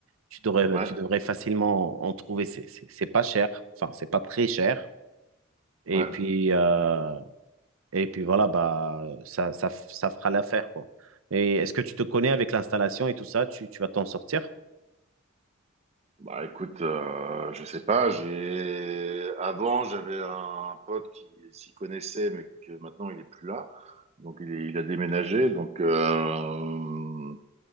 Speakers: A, on the right; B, on the right.
A: tu devrais,
B: Ouais,
A: tu devrais facilement en trouver. C'est, c'est, c'est pas cher, enfin, c'est pas très cher. Et
B: ouais.
A: puis, euh, et puis voilà, bah, ça, ça, f- ça fera l'affaire, quoi. Et est-ce que tu te connais avec l'installation et tout ça? Tu, tu vas t'en sortir?
B: Bah écoute, euh, je sais pas. J'ai avant, j'avais un pote qui s'y connaissait, mais que maintenant il est plus là. Donc il, est- il a déménagé. Donc euh,